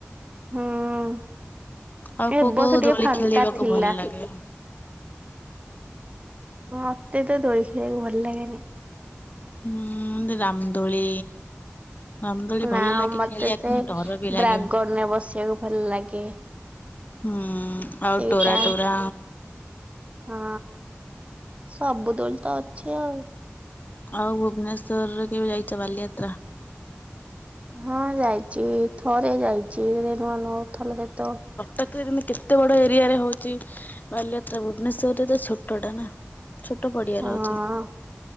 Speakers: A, on the right (about 30°); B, on the left (about 40°).
A: ହୁଁ
B: ଆଉ
A: ଏବର୍ଷ
B: କୋଉ କୋଉ
A: ଟିକେ
B: ଦୋଳି
A: ଫାଙ୍କା
B: ଖେଳିବାକୁ
A: ଥିଲା।
B: ଭଲ ଲାଗେ?
A: ମତେ ତ ଦୋଳି ଖେଳିବାକୁ ଭଲ ଲାଗେନି।
B: ହୁଁ ରାମଦୋଳି ରାମଦୋଳି ଭଲ
A: ନା
B: ଲାଗେ
A: ମତେ
B: ଖେଳିବାକୁ
A: ସେ
B: କିନ୍ତୁ ଡର ବି ଲାଗେ।
A: ଡ୍ରାଗନରେ ବସିବାକୁ ଭଲ ଲାଗେ
B: ହୁଁ ଆଉ
A: ସେଇଟା
B: ଟୋରା ଟୋରା
A: ହଁ ସବୁ ଦୋଳି ତ ଅଛି ଆଉ।
B: ଆଉ ଭୁବନେଶ୍ୱରରେ କେବେ ଯାଇଛ ବାଲିଯାତ୍ରା?
A: ହଁ ଯାଇଛି ଥରେ ଯାଇଛି ନୂଆ ନୂଆ ଥଲ ଯେ ତ
B: ପ୍ରତିଦିନି କେତେ ବଡ ଏରିଆରେ ହଉଛି ବାଲିଯାତ୍ରା ଭୁବନେଶ୍ଵରରେ ତ ଛୋଟଟା ନା। ଛୋଟ ପଡିଆରେ
A: ହଁ
B: ହଉଛି